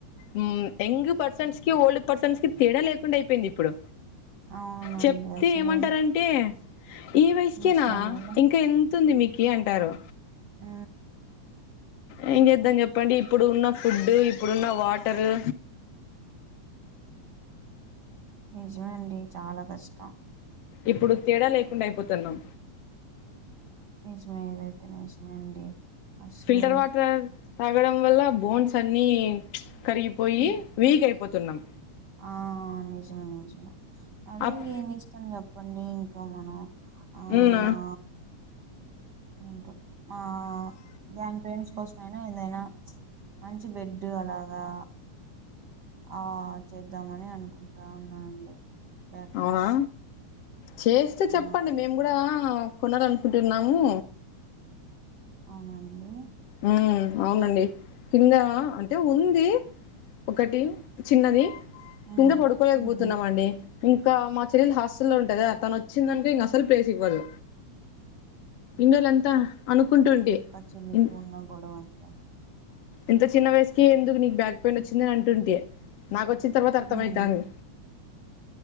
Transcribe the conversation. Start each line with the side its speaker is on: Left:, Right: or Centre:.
Left: ఉమ్ యంగ్ పర్సన్స్ కి ఓల్డ్ పర్సన్స్ కి తేడా లేకుండా యిపోయిందిప్పుడు
Right: అవునండి
Left: చెప్తే
Right: అసలు
Left: ఏమంటారంటే ఈ వయసుకెనా
Right: ముసలామె కదా
Left: ఇంకా ఎంత్తుంది మీకీ అంటారు
Right: ఊ
Left: యేమ్ జెద్దం జెప్పండి ఇప్పుడు ఉన్న ఫుడ్ ఇప్పుడున్న వాటరు
Right: నిజమే అండి చాలా కష్టం
Left: ఇప్పుడు తేడా లేకుండాయిపోతన్నాం
Right: నిచమే ఏదైతే నిచమే అండి అసలు
Left: ఫిల్టర్ వాటర్ తాగడం వల్ల బోన్స్ అన్నీ కరిగిపోయి
Right: వి
Left: వీక్ అయిపోతున్నాం
Right: ఆ నిజమే నిజమే అదే
Left: అప్
Right: ఇంకేం నిష్టం చెప్పండి ఇంకా మనం ఆ
Left: ఉమ్
Right: మా ఉంటు ఆ దాన్ ఫ్రెండ్స్ కోస్ ఐనా ఏందైనా మంచి బెడ్డు అలాగా ఆ చేద్దామని అనుకుంటా ఉన్నానండి బ్యాటరీస్
Left: అవునా చేస్తే చెప్పండి
Right: ఆ
Left: మేము గుడా కొనాలనుకుంటున్నాము
Right: అవునండి
Left: ఊ అవునండి కిందా అంటే ఉంది ఒకటి చిన్నది
Right: ఉమ్
Left: కింద పడుకోలేకపోతున్నామండి
Right: ఉహు
Left: ఇంకా మా చెర్యల్ హాస్టల్లో ఉంటదా తన్ ఒచ్చిందనుక ఇంకస్సల్ ప్లేస్ ఇవ్వదు ఇండోలంతా అనుకుంటుంటి
Right: చిన్న
Left: ఇన్
Right: పూన గొడవంత
Left: ఇంత చిన్న వయసుకి ఎందుకు నీక్ బ్యాక్ పెయిన్ ఒచ్చిందన్ అంటుంటే నాకొచ్చిన్ తర్వాత అర్థం
Right: ఉమ్
Left: అయితాంద్